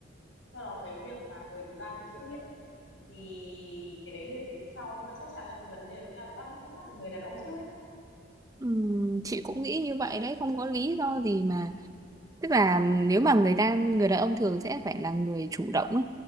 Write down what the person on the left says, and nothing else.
sau đó cái việc mà người thứ ba kia xuất hiện thì cái đấy thì tính sau nhưng mà chắc chắn là cái vấn đề sẽ là bắt xuất phát từ người đàn ông trước ấy